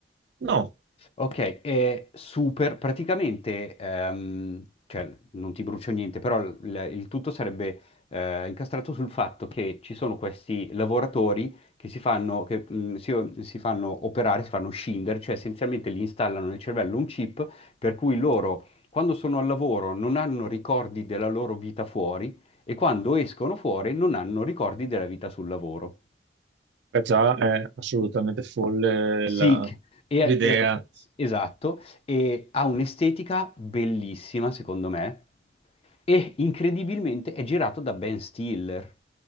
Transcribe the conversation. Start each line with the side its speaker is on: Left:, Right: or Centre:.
Right: No,
Left: Ok, è super, praticamente, ehm, cioè non ti brucio niente, però il, il- il tutto sarebbe eh, incastrato sul fatto che ci sono questi lavoratori che si fanno, che, mh, si, si fanno operare, si fanno scindere, cioè essenzialmente gli installano nel cervello un chip per cui loro quando sono al lavoro non hanno ricordi della loro vita fuori e quando escono fuori non hanno ricordi della vita sul lavoro.
Right: è già è assolutamente folle
Left: Sì,
Right: la-
Left: che- e-
Right: l'idea.
Left: e- esatto, e ha un'estetica bellissima, secondo me, e incredibilmente è girato da Ben Stiller.